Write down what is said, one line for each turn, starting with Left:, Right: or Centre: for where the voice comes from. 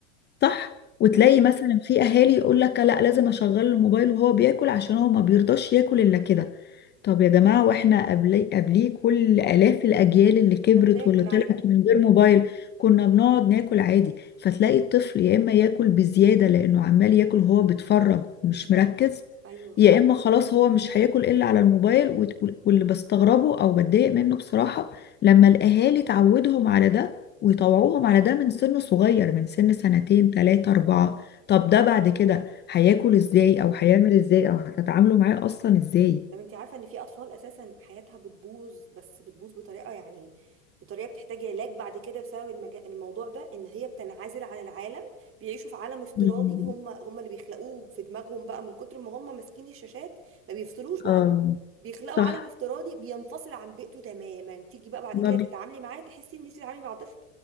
Left: صح وتلاقي
Right: يعني
Left: مثلا في اهالي يقول لك لا لازم اشغل الموبايل وهو بياكل عشان هو ما بيرضاش ياكل الا كده طب يا جماعة واحنا قبلي قبليه كل آلاف الأجيال اللي كبرت
Right: كنا بناكل
Left: واللي طلعت
Right: عادي
Left: من غير موبايل كنا بنقعد ناكل عادي فتلاقي الطفل يا إما ياكل بزيادة لأنه عمال ياكل هو بيتفرج مش
Right: بالظبط
Left: مركز
Right: ايوه
Left: يا إما خلاص هو مش هياكل إلا على الموبايل وت- وال- واللي بستغربه أو بتضايق منه بصراحة لما الأهالي تعودهم على ده ويطوعوهم على ده من سن صغير من سن سنتين تلاتة أربعة طب ده بعد كده هياكل إزاي أو هيعمل إزاي أو هتتعاملوا معاه أصلا إزاي
Right: طب انت عارفة ان في اطفال اساسا حياتها بتبوظ بس بتبوظ بطريقة يعني بطريقة بتحتاج علاج بعد كده بسبب المج... الموضوع ده ان هي بتنعزل عن العالم بيعيشوا في عالم افتراضي
Left: مم.
Right: هم هم اللي بيخلقوه في دماغهم بقى من كتر ما هم ماسكين الشاشات ما بيفصلوش بقى
Left: آه
Right: بيخلقوا
Left: صح
Right: عالم افتراضي بينفصل عن بيئته تماما تيجي بقى بعد
Left: ما
Right: كده تتعاملي
Left: بي...
Right: معاه تحسي ان انت بتتعاملي مع طفل